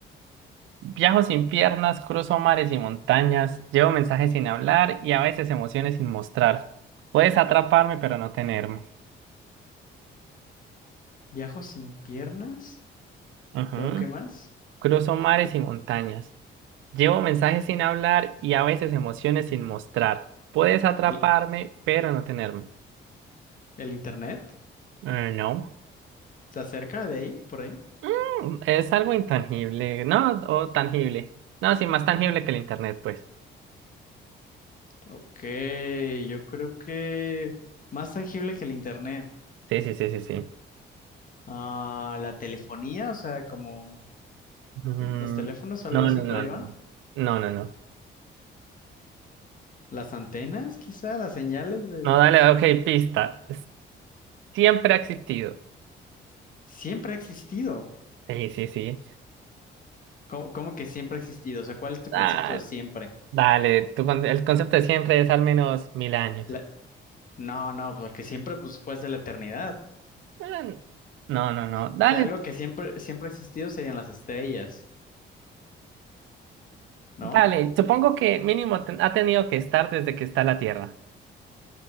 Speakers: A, on the right; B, on the left.
A: Viajo sin piernas, cruzo mares y montañas, llevo mensajes sin hablar y a veces emociones sin mostrar. Puedes atraparme, pero no tenerme.
B: Viajo sin piernas.
A: Ujú.
B: Luego, ¿qué más?
A: Cruzo mares y montañas. Llevo mensajes sin hablar y a veces emociones sin mostrar. Puedes atraparme,
B: ¿El,
A: pero no tenerme.
B: el internet?
A: Eh, no.
B: ¿Está cerca de ahí, por ahí?
A: Mm, es algo intangible, ¿no? O tangible. No, sí, más tangible que el internet, pues.
B: Ok, yo creo que más tangible que el internet.
A: Sí, sí, sí, sí, sí.
B: Ah, la telefonía, o sea, como
A: Mm,
B: los teléfonos o algo
A: no, no,
B: así, por
A: no,
B: ahí
A: no.
B: va.
A: No, no, no.
B: Las antenas, quizá, las señales de...
A: No, dale, ok, pista. Siempre ha existido.
B: Siempre ha existido.
A: Sí, sí, sí.
B: ¿Cómo, cómo que siempre ha existido? O sea, ¿cuál es tu concepto
A: Ah,
B: de siempre?
A: dale, tu con- el concepto de siempre es al menos mil años.
B: La- No, no, porque siempre, pues, puede ser la eternidad.
A: Ah, No, no, no.
B: O
A: Dale,
B: sea, algo que siempre, siempre ha existido serían las estrellas, ¿no?
A: Dale, supongo que mínimo ten- ha tenido que estar desde que está la Tierra.